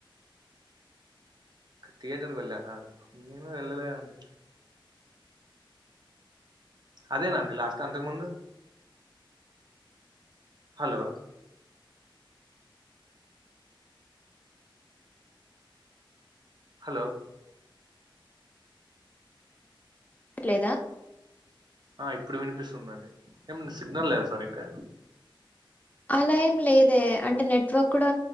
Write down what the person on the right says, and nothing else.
థియేటర్ కు వెళ్ళారా! నేను వెళ్ళలే అండి అదేనండి లాస్ట్ అంతకు ముందు హలో హలో
ఆ ఇప్పుడు వినిపిస్తుందండి ఏమ్ సిగ్నల్ లేద సరిగ్గ